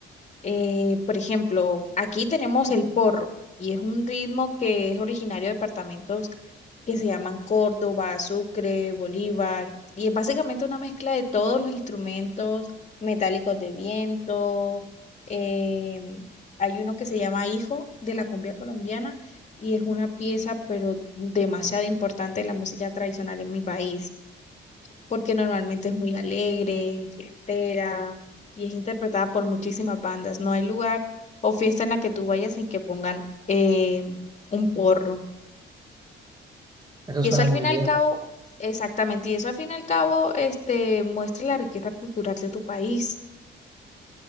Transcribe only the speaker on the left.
Eh, por ejemplo, aquí tenemos el porro y es un ritmo que es originario de departamentos que se llaman Córdoba, Sucre, Bolívar y es básicamente una mezcla de todos los instrumentos metálicos de viento. em, hay uno que se llama Hijo de la cumbia colombiana y es una pieza pero demasiado importante de la música tradicional en mi país porque normalmente es muy alegre, fiestera y es interpretada por muchísimas bandas. No hay lugar o fiesta en la que tú vayas sin que pongan eh, un porro.
Y
eso al
fin
y al cabo,
exactamente, y eso al fin y al cabo este, muestra la riqueza cultural de tu país.